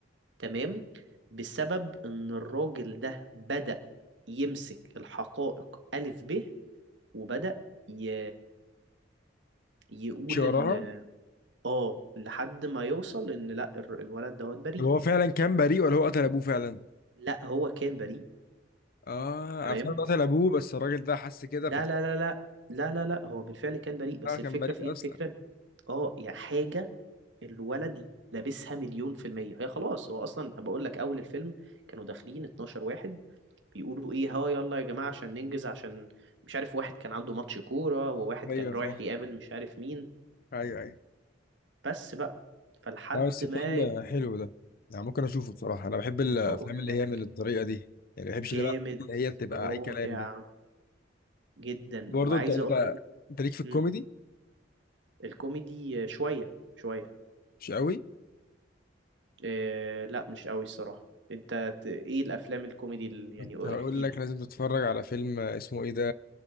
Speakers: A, on the right (about 70°); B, on the left (about 50°).
A: تمام بسبب ان الراجل ده بدأ يمسك الحقائق ألف ب وبدأ ي... يقول
B: مش وراها
A: ان اه لحد ما يوصل ان لا الر- الولد دوت بريء
B: طب هو فعلا كان بريء ولا هو قتل ابوه فعلا
A: لا هو كان بريء
B: اه
A: تمام
B: انا فعلا قتل ابوه بس الراجل ده حس كده
A: لا
B: فتح
A: لا لا لا لا لا لا هو بالفعل كان بريء بس الفكرة
B: كان بريء
A: في ايه الفكرة
B: اصلا
A: اه يا حاجة الولد لابسها مليون في المية هي خلاص هو أصلا بقول لك أول الفيلم كانوا داخلين 12 واحد بيقولوا إيه ها يلا يا جماعة عشان ننجز عشان مش عارف واحد كان عنده ماتش كورة وواحد
B: ايوه
A: كان رايح
B: فاهم
A: يقابل مش عارف مين
B: ايوه ايوه
A: بس بقى فلحد
B: لا بس
A: ما
B: فيلم حلو ده يعني ممكن اشوفه بصراحه انا بحب الافلام
A: بقول
B: اللي
A: لك
B: هي من الطريقه دي يعني ما بحبش
A: جامد
B: اللي بقى اللي هي بتبقى
A: رائع
B: اي كلام دي
A: جدا
B: برضه
A: وعايز
B: انت انت
A: أقول لك
B: انت ليك في الكوميدي
A: مم، الكوميدي شوية شوية
B: مش قوي
A: إيه لا مش قوي الصراحة أنت ت- إيه الأفلام الكوميدي اللي-
B: كنت
A: يعني
B: هقول
A: احكي لي
B: لك لازم تتفرج على فيلم اسمه ايه ده